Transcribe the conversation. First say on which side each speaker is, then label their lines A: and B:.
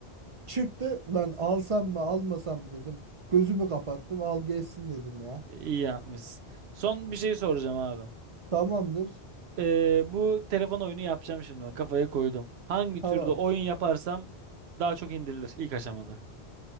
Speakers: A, on the right; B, on the right.
A: Çıktı lan alsam mı almasam mı dedim. Gözümü kapattım al geçsin dedim ya.
B: İyi yapmışsın. Son bir şey soracağım abi.
A: Tamamdır.
B: Ee, bu telefon oyunu yapacağım şimdi. ben Kafaya koydum. Hangi
A: Tamam.
B: türde oyun yaparsam daha çok indirilir ilk aşamada.